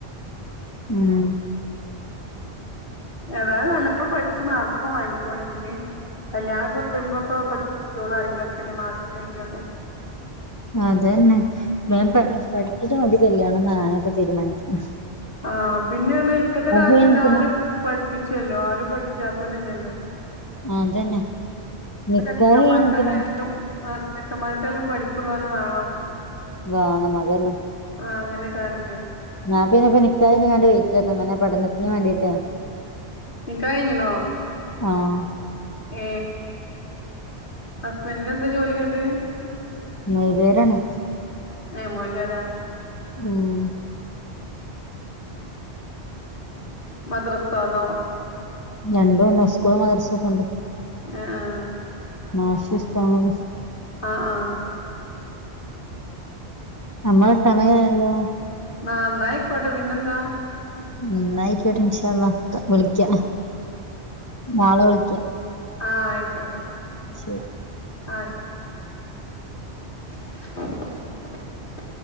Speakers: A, on the left; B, on the left.
A: ഉം
B: ഏതായാലും നല്ല പഠിച്ച് മാർക്കൊക്കെ വാങ്ങിക്കോ <inaudible> ഇഞ് കല്യാണം ഒക്കെ വരുമ്പ്പ്പോ പഠിപ്പിച്ചോളും ആരെങ്കിലൊക്കെ മാർ ക്ക്ണ്ടെങ്കിലൊക്കെ
A: അതെന്നെ വെം പട് പഠിച്ചിട്ട് മതി ക ല്യാണംന്നാണ് പ്പ തീരുമാനിക്കണേ
B: ആഹ പിന്നെ അറഞ ഇപ്പത്തെ കാലത്ത്
A: കഴിഞ്ഞിക്കണ്
B: എല്ലാരും പഠിപ്പിച്ചുല്ലോ ആരും പഠിപ്പിച്ചാത്തോര് ഇല്ലല്ലോ
A: അതന്നെ
B: ഇപ്പ
A: നിക്കാഹ്
B: ചെക്കന്മാർക്കായാലും
A: കയ്ഞ്ഞ്ക്കുണു
B: ചെക്കന്മാർക്കായാലും പഠിപ്പ്ള്ള ഒലെ വേണം
A: വാണം അതന്നെ
B: ആഹ് അങ്ങനെ കാണിക്ക
A: ഞാ പിന്നെപിന്നെക്കാഹ് യ്ഞണ്ട് വെയിറ്റ് ആക്ക ങ്ങനെ പഠനത്തിന് വേണ്ടീട്ടേ
B: നിക്കാഹ്കയ്ഞ്ഞ്ണോ
A: ആഹ!
B: ഏ ഹസ്ബൻഡ്ന് എന്താ ജോലി ന്നട്ട്
A: മോല്യരാണ്
B: എ മോല്യാരാ
A: ഉം!
B: മദ്രസോ അതോ
A: രണ്ടുംണ്ട് സ്കൂളും മദർസും ഒക്കെ ണ്ട്.
B: ആആ
A: നാശിശ്ട്ട <unintelligible>
B: ആആ
A: നമ്മടെ സമയായല്ലോ!
B: ന്ന ന്നായിക്കോട്ടേ പിന്നെന്താ
A: ന്നായിക്ക്യട്ടെ ഇന്ശാള്ള വിളിക്ക നാളെ വിളിക്ക.
B: ആ ആയിക്കോട്ടെ
A: ശേരി!
B: ആ ശെരി! <inaudible>